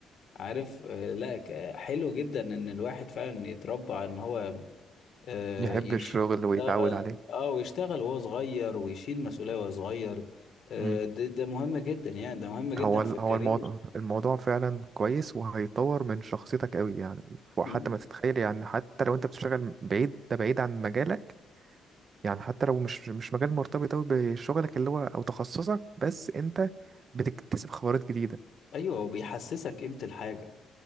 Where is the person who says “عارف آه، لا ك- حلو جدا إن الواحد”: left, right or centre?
Left